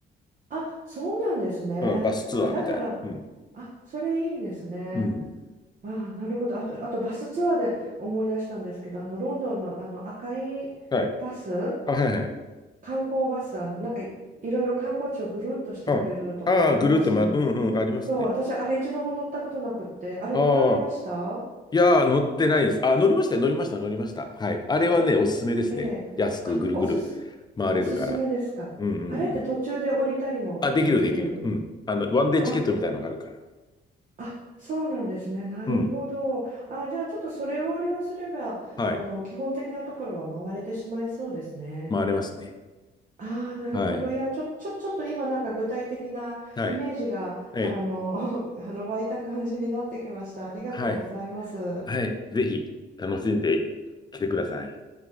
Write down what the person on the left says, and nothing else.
うん、バスツアーみたいな。
うん。
うん。
はい。あ、はいはい。
あ、ああ、ぐるっと回る。うんうん、ありますね。
ああ。いやー、乗ってないです。あ、乗りましたよ、乗りました、乗りました。はい。あれはね、おすすめですね。
安くぐるぐる
回れるから。
うんうんうん。
あ、できる、できる。うん。あの、ワンデーチケットみたいなのがあるから。
うん。
はい。
回れますね。
はい。
はい。ええ。
はい。
はい。ぜひ、楽しんできてください。